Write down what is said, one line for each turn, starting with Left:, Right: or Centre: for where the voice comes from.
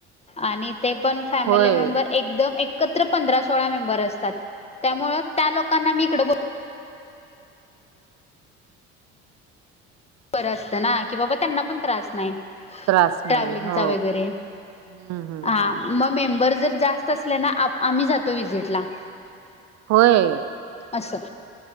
Left: आणि ते पण फॅमिली
Right: होय
Left: मेंबर एकदम एकत्र पंधरा सोळा मेंबर असतात त्यामुळे त्या लोकांना मी इकड बोल बरं असतं ना कि बाबा त्यांना पण त्रास नाही
Right: त्रास नाही
Left: ट्रॅव्हलिंगचा
Right: हो
Left: वगैरे
Right: हम्म हम्म
Left: हा
Right: हम्म
Left: मग मेंबर जर जास्त असले ना आ आम्ही जातो विजिटला
Right: होय.
Left: असं.